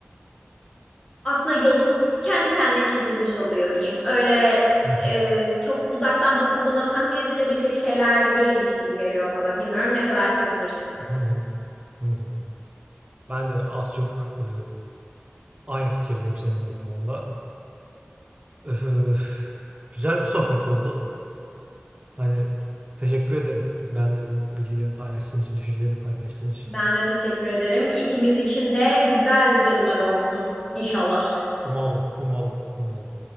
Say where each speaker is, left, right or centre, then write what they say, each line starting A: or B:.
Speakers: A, on the left; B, on the right.
A: aslında yolun kendi kendine çizilmiş oluyor diyeyim. Öyle
B: Hı hı,
A: e, çok uzaktan bakıldığında tahmin edilebilecek şeyler değilmiş gibi geliyor bana. Bilmiyorum ne kadar katılırsın.
B: hı hı, hı hı. Ben de az çok e, aynı fikirdeyim seninle bu konuda. Öf, güzel bir sohbet oldu. Hani teşekkür ederim. Ben de bu bilgilerini paylaştığın için, düşüncelerini paylaştığın için.
A: Ben de teşekkür ederim. İkimiz için de güzel yıllar olsun inşallah.
B: Umalım, umalım, umalım.